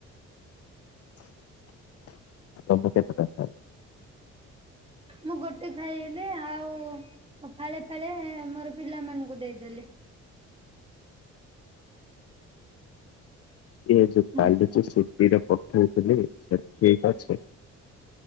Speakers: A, on the left; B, on the right.
A: <unintelligible>
B: ମୁଁ ଗୋଟେ ଖାଇଲି ଆଉ ଫାଳେ ଫାଳେ ମୋର ପିଲାମାନଙ୍କୁ ଦେଇଦେଲି।
A: ଏ ଯୋଉ ଚାଲୁଛି
B: ହୁଁ।
A: ସିପିର ପକ୍ଷ ବୁ ଠିକ ଅଛି।